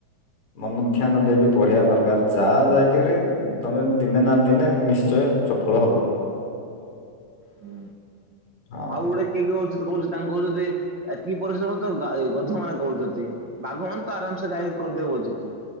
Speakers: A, on the left; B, on the right.
A: ମନ ଧ୍ୟାନ ଦେଇକି ପଢିବା ଦରକାର ଯାହା ଯାଇକିରି ତମେ ଦିନେ ନା ଦିନେ ନିଶ୍ଚୟ ସଫଳ ହବ।
B: ହୁଁ।
A: ହଁ
B: ଆଉ ଗୋଟେ କିଏ କିଏ ଅଛି ତ କହୁଚି ତାଙ୍କୁ କହୁଛନ୍ତି ଏତିକି ପରିଶ୍ରମ ତ ଗା ଏଇ ଗଧ ମାନେ କରୁଚନ୍ତି ବାଘ ମାନ ତ ଆରାମସେ ସେ ଗାଈ କରିଦବ ଯେତେ